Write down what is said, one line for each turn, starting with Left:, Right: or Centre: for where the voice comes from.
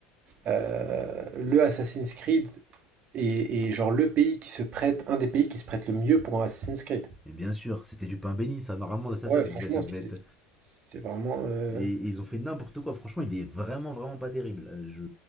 Right: euh, le Assassin's Creed et, et genre le pays qui se prête. Un des pays qui se prête le mieux pour un Assassin's Creed.
Centre: Mais bien sûr, c'était du pain béni, ça. Normalement, ça,
Right: Ouais,
Centre: ça, ça
Right: franchement,
Centre: devait, ça devait
Right: c'est
Centre: être.
Right: c'est vraiment. euh,
Centre: Et, et ils ont fait n'importe quoi. Franchement, il est vraiment, vraiment pas terrible. Euh, Je...